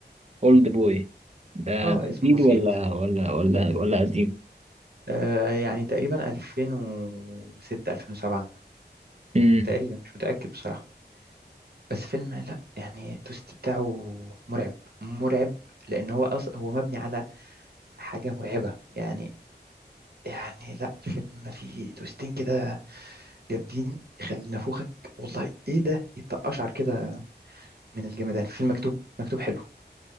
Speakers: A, on the right (about 40°); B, on the right (about 60°).
A: أولد بوي ده
B: اه
A: ده
B: اسم
A: جديد
B: بسيط
A: ولا ولا ولا ولا قديم؟
B: آه يعني تقريبا 2006 2007
A: مم.
B: تقريبا مش متأكد بصراحة بس فيلم لا يعني التوست بتاعه مرعب مرعب لأن هو أص هو مبني على حاجة مرعبة يعني يعني لا الفيلم فيه توستين كده جامدين يخلي نافوخك والله ايه ده ايه التقشعر كده من الجمدان فيلم مكتوب مكتوب حلو